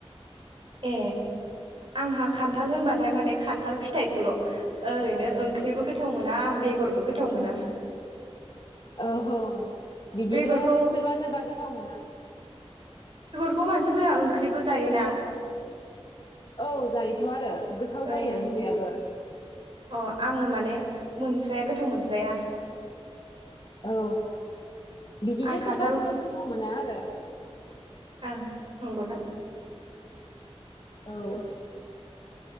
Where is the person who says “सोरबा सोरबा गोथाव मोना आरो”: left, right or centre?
Left